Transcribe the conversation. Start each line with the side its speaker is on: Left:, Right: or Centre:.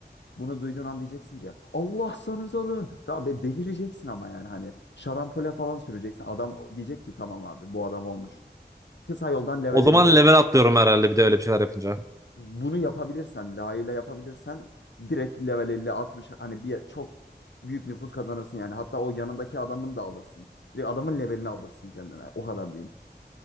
Left: Bunu duyduğun an diyeceksin ki Allah'sanız alın. Tabii delireceksin ama yani hani şarampole falan süreceksin. Adam diyecek ki tamam abi bu adam olmuş. Kısa yoldan level
Right: O zaman
Left: 50 oldun
Right: level atlıyorum herhalde bir de öyle bir şeyler yapınca.
Left: bunu yapabilirsen, layığıyla yapabilirsen direkt level 50 60 hani bir çok büyük nüfus kazanırsın yani. Hatta o yanındaki adamın da alırsın. Direkt adamın levelini alırsın kendine. O kadar diyeyim.